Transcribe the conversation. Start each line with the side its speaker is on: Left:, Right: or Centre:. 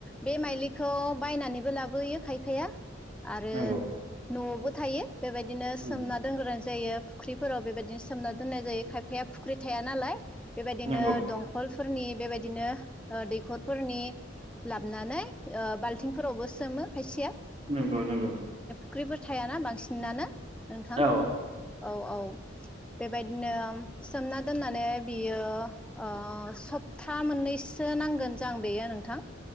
Centre: बे माइलिखौ बायनानैबो लाबोयो खायफाया आरो
Right: नंगौ
Centre: न'आवबो थायो बेबायदिनो
Right: उम
Centre: सोमना दोनग्रोन जायो फुख्रिफोराव बेबायदिनो सोमना दोननाय जायो खायफाया फुख्रि थाया नालाय बेबायदिनो
Right: नंगौ
Centre: खलफोरनि बेबायदिनो दैखरफोरनि लाबोनानै बाल्थिंफोरावबो सोमो खायसेया
Right: नंगौ नंगौ
Centre: फुख्रिबो थायाना बांसिनानो नोंथां
Right: औ
Centre: औ औ बेबायदिनो सोमना दोननानै बियो ओ सप्ता मोननैसो नांगोन जां बेयो नोंथां